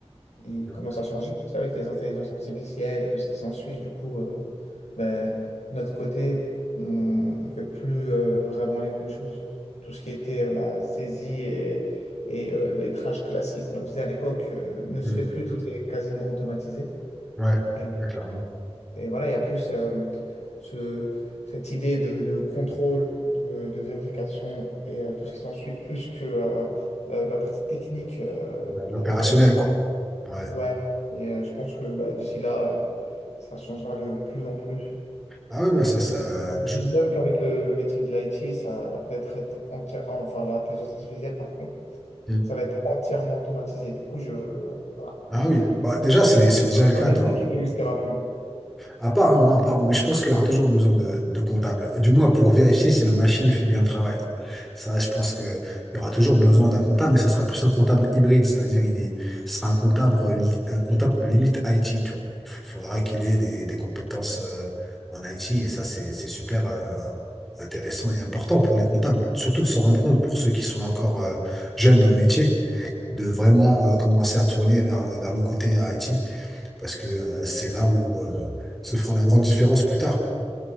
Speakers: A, on the left; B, in the centre.
A: il
B: ouais.
A: commence à changer, tu sais, avec les intelligences artificielles et tout ce qui s'ensuit. Du coup, euh, ben, notre côté, on ne fait plus euh, vraiment les mêmes choses. Tout ce qui était euh, bah, saisie et, et euh, lettrage classique qu'on faisait à l'époque euh, ne se
B: Hmm.
A: fait plus, tout est quasiment automatisé.
B: Ouais,
A: Et, euh,
B: ouais, clairement.
A: et voilà, il y a plus euh, ce, cette idée de, de contrôle, de, de vérification et euh, tout ce qui s'ensuit, plus que euh, la, la partie technique euh,
B: Ouais, l'opérationnel,
A: pour, pour le comptable.
B: quoi. Ouais.
A: Ouais, et euh, je pense que bah, d'ici là, euh, ça changera de plus en plus.
B: Ah oui, mais
A: Et
B: ça,
A: que
B: ça.
A: je me dis
B: je-
A: même qu'avec le métier de l'IT, ça va peut-être être entière, enfin l'intelligence artificielle, par contre,
B: Hmm.
A: ça va être entièrement automatisé. Du coup, je voilà.
B: Ah
A: <laughs>
B: oui, bah, déjà, c'est c'est déjà le cas
A: Un métier
B: dans.
A: qui n'existera plus.
B: À part, hein, non, à part, mais je pense qu'il y aura toujours besoin de, de comptable. Du moins pour vérifier si la machine fait bien le travail, quoi. Ça, je pense qu'il y aura toujours besoin d'un comptable, mais ça sera plus un comptable hybride, c'est-à-dire il ce sera un comptable, li- un comptable limite IT, tu vois. Il faudra qu'il ait des, des compétences euh, en IT, et ça, c'est, c'est super euh, intéressant et important pour les comptables, surtout de se rendre compte pour ceux qui sont encore euh, jeunes dans le métier, de vraiment euh, commencer à tourner vers, vers le côté IT parce que euh, c'est là où euh, se fera la grande différence plus tard.